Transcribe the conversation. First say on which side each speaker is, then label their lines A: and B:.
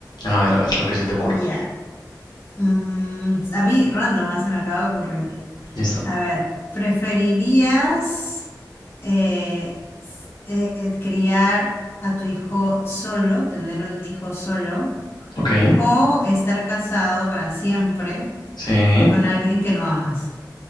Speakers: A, on the left; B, on the left.
A: A ver, a ver, lo que se te ocurra.
B: Ya. Mm, a mí, random, ah, se me acaba de ocurrir.
A: Listo.
B: A ver, ¿preferirías eh, s- eh, criar a tu hijo solo, tener un hijo solo,
A: Ok.
B: o estar casado para siempre
A: Sí.
B: con alguien que no amas?